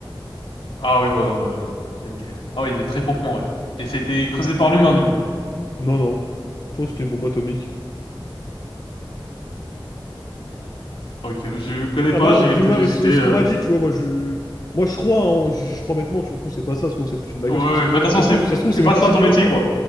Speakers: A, on the left (about 75°); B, on the left (about 45°).
A: Ah oui, bon, non, bah, ok, ok. Ah oui, il est très profond, ouais. Et ça a été creusé par l'humain, du coup.
B: Non, non, je pense que c'était une bombe atomique.
A: Ok, je connais
B: Enfin,
A: pas, j'irai
B: tu
A: peut-être
B: m'as...
A: visiter.
B: Ce,
A: euh.
B: ce qu'on m'a dit, tu vois, moi, je... Moi, je crois, hein, je, je crois maintenant, tu vois, ça se trouve, c'est pas ça, ça se trouve, c'est foutu de ma
A: Ouais,
B: gueule,
A: ouais,
B: ça se trouve, c'est...
A: mais de toute façon,
B: Ça
A: c'est
B: se trouve, ça se trouve,
A: c'est
B: c'est
A: pas
B: même pas
A: ça
B: six
A: ton
B: 000
A: métier,
B: mètres,
A: quoi.
B: hein.